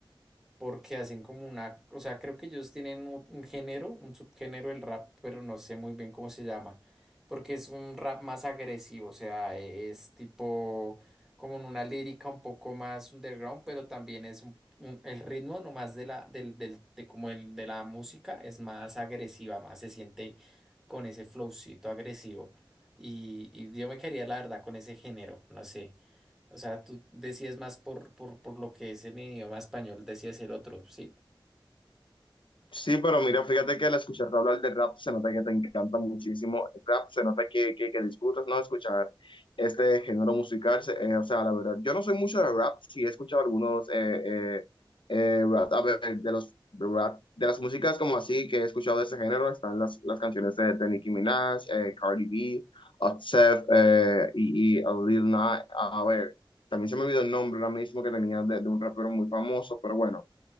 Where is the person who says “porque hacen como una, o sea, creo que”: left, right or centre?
Centre